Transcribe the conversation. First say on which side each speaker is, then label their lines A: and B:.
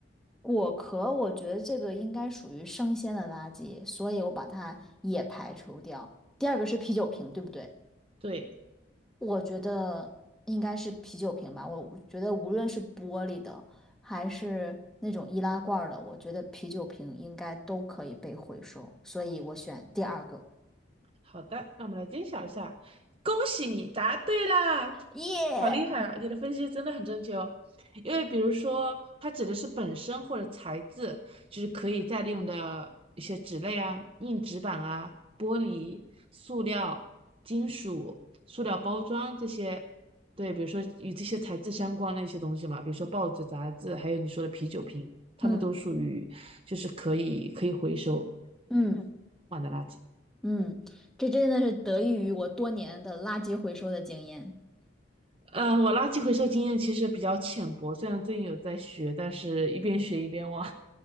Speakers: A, in the centre; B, on the right (about 30°).
A: 果壳，我觉得这个应该属于生鲜的垃圾，所以我把它也排除掉。第二个是啤酒瓶，对不对？
B: 对，
A: 我觉得应该是啤酒瓶吧。我觉得无论是玻璃的还是那种易拉罐儿的，我觉得啤酒瓶应该都可以被回收，所以我选第二个。
B: 好的，让我们来揭晓一下。恭喜你答对啦，
A: 耶！
B: 好厉害啊！你的分析真的很正确哦。因为比如说，它指的是本身或者材质，就是可以再利用的一些纸类啊、硬纸板啊、玻璃、塑料、金属、塑料包装这些。对，比如说与这些材质相关的一些东西嘛，比如说报纸、杂志，还有你说的啤酒瓶，它们都属于就是可以可以回收
A: 嗯嗯
B: 换的垃圾。
A: 嗯，这真的是得益于我多年的垃圾回收的经验。
B: 呃，我垃圾回收经验其实比较浅薄，虽然最近有在学，但是一边学一边忘。